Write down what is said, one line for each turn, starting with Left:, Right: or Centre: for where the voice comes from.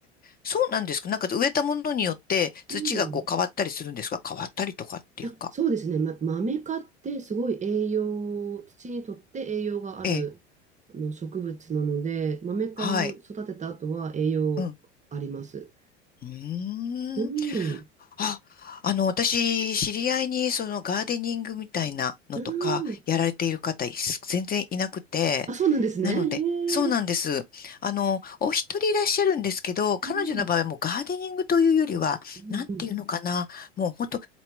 Left: そうなんですかなんか植えたものによって土がこう変わったりするんですか変わったりとかっていうか。
Right: うん。あ、そうですね。ま、豆科ってすごい栄養、土にとって栄養があるあの植物なので、
Left: ええ。
Right: 豆メ科を育てた後は栄養あります。
Left: はい。うん。うーん。
Right: うん。
Left: あ、あの、私、知り合いに、その、ガーデニングみたいなのとか、
Right: うん。
Left: やられている方、いす全然いなくて、
Right: あ、そうなんですね。
Left: なので、
Right: へえ。
Left: そうなんです。あの、お一人いらっしゃるんですけど、彼女の場合はもうガーデニングというよりは、
Right: うん。うんうん。
Left: なんていうのかな、もう本当、